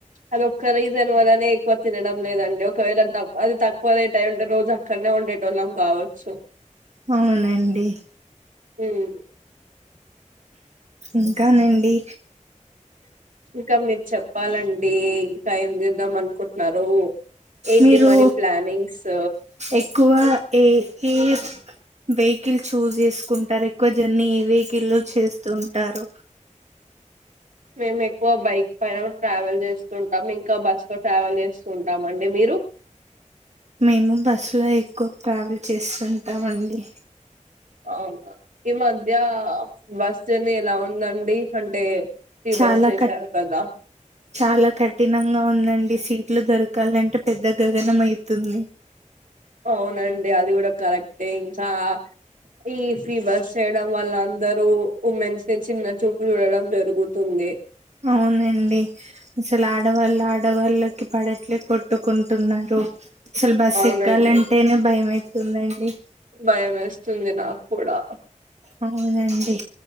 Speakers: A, on the right; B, on the right.
A: అది ఒక్క రీజన్ వల్లనే ఎక్కువ తినడం. లేదండి ఒకవేళ అది తక్కువ రేట్ ఏంటే రోజు అక్కడనే ఉండేటోళ్ళం కావచ్చు.
B: అవుననాండి.
A: హ్మ్.
B: ఇంకానండి.
A: ఇంకా మీరు చెప్పాలండి. ఇంకా ఏం చేద్దాం అనుకుంటున్నారు. ఏంటి
B: మీరు
A: మరి ప్లానింగ్స్
B: ఎక్కువ ఏ ఏ వెకిల్ చూజ్ చేసుకుంటారు. ఎక్కువ జర్నీ ఏ వెకిల్ చేస్తుంటారు.
A: మేము ఎక్కువ బైక్ పైన ట్రావెల్ చేస్తు ఉంటాం ఇంకా బస్ లో ట్రావెల్ చేస్తూ ఉంటామ అండి మీరు
B: మేము బస్సు లో ఎక్కువ ట్రావెల్ చేస్తుంటామ అండి
A: అవును ఈ మధ్య బస్ ఎలా ఉందండి అంటే ఫ్రీ
B: చాలా
A: బస్ చేశారు
B: క
A: కదా
B: చాలా కఠినంగా ఉందండి సీట్ సీట్లు దొరకాలంటే పెద్ద గగనం అయితుంది
A: అవునండి అది కూడా కరెక్టే ఇంకా ఈ ఫ్రీ బస్ చేయడం వల్ల అందరూ ఉమెన్స్ ని చిన్న చూపు చూడడం జరుగుతుంది
B: అవునండి అసలు ఆడవాళ్ళు ఆడవాళ్ళ పడట్లే కొట్టుకు టున్నారు అసల్ బస్
A: అవునండి
B: ఎక్కాలంటేనే భయ ఉందండి
A: భయం వేస్తుంది నాకు కూడా
B: అవునండి